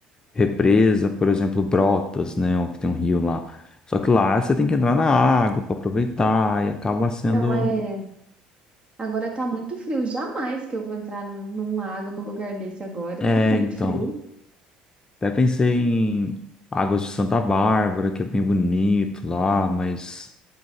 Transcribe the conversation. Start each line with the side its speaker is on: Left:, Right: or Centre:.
Left: represa, por exemplo, Brotas, né? Que tem um rio lá. Só que lá você tem que entrar na água para aproveitar e acaba sendo.
Right: não é. Agora tá muito frio, jamais que eu vou entrar num, num lago, num lugar desse agora,
Left: É,
Right: tá muito
Left: então.
Right: frio.
Left: Até pensei em Águas de Santa Bárbara, que é bem bonito lá, mas